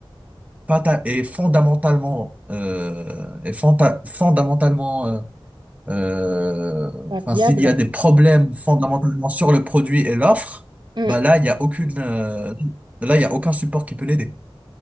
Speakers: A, on the right (about 15°); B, on the right (about 50°).
A: fata- est fondamentalement, euh, est fanta- fondamentalement, euh, euh,
B: pas
A: enfin,
B: viable.
A: s'il y a des problèmes fondamentalement sur le produit et l'offre,
B: Mm.
A: bah là, il y a aucune, euh, là, il y a aucun support qui peut l'aider.